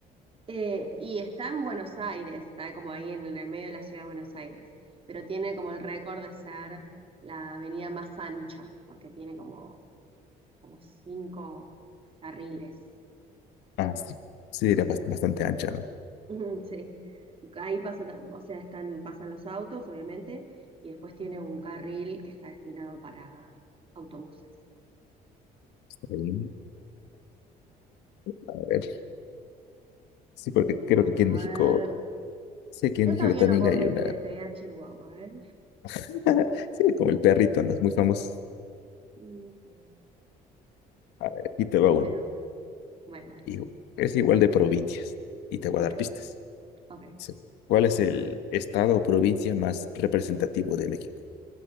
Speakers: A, on the right; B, on the left.
A: Eh, y está en Buenos Aires, está como ahí en, el medio de la ciudad de Buenos Aires, pero tiene como el récord de ser la avenida más ancha, porque tiene como, como cinco carriles.
B: Ah, sí, sí, era bast- bastante ancha, ¿no?
A: Ujú, Sí, ahí pasa, tam- o sea, están, pasan los autos, obviamente, y después tiene un carril que está destinado para autobuses.
B: Está bien. A ver, sí, porque
A: Bueno,
B: creo que aquí en México,
A: a ver,
B: sí, aquí en
A: yo
B: México
A: todavía
B: también
A: no puedo
B: hay
A: creer
B: una,
A: que le pegué a Chihuahua, ¿eh?
B: <laughs> sí, como el perrito, ¿no? Es muy famoso.
A: Mm, fue bueno.
B: A ver, aquí te va una.
A: Pero bueno, bueno, dale,
B: Y es igual de provincias. Y te voy
A: ok,
B: a dar pistas.
A: ok,
B: Sí. ¿Cuál es el estado o provincia más representativo de México?